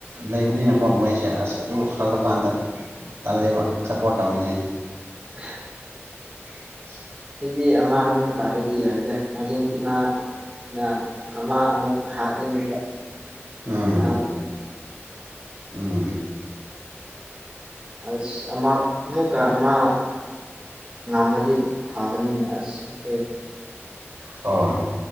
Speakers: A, on the right; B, on the right.
A: ꯂꯩꯕꯅꯤꯅꯀꯣ ꯃꯣꯏꯁꯦ ꯑꯁ ꯑꯗꯨ ꯍꯜꯂꯀꯥꯟꯗ ꯇꯜꯂꯦꯕ ꯁꯞꯄꯣꯔꯠ ꯇꯧꯅꯤꯡꯉꯦ
B: <inaudible>
A: <inaudible>
B: ꯑꯩꯒꯤ ꯑꯃ ꯑꯗꯨꯝ ꯀꯥꯔꯗꯤ ꯌꯥꯏꯗ ꯑꯥꯔꯖꯦꯟꯇꯤꯅꯥ ꯅ ꯑꯃ ꯑꯃꯨꯛ ꯍꯥꯠꯂꯅꯤꯕ
A: ꯎꯝ
B: ꯀꯥꯕꯗ
A: ꯎꯝ
B: ꯑ ꯑꯃ ꯑꯃꯨꯀ ꯑꯃ ꯉꯝꯃꯗꯤ ꯐꯥꯒꯅꯤꯅꯦ ꯑꯁ ꯑꯩꯈꯣꯏ
A: ꯍꯣꯏ